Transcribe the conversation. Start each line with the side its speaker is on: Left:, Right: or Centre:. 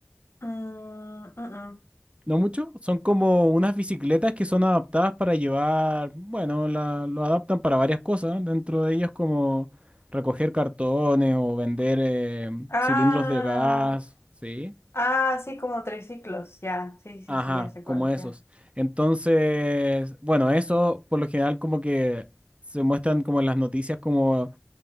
Left: Mm, mm, mm.
Right: No mucho, son como unas bicicletas que son adaptadas para llevar, bueno, la- lo adaptan para varias cosas, dentro de ellas como recoger cartones o vender eh,
Left: Ah.
Right: cilindros de gas, ¿sí?
Left: Ah, sí, como triciclos, ya. Sí, sí,
Right: Ajá,
Left: sí, ya sé cuál,
Right: como esos.
Left: ya.
Right: Entonces, bueno, eso por lo general como que se muestran como en las noticias como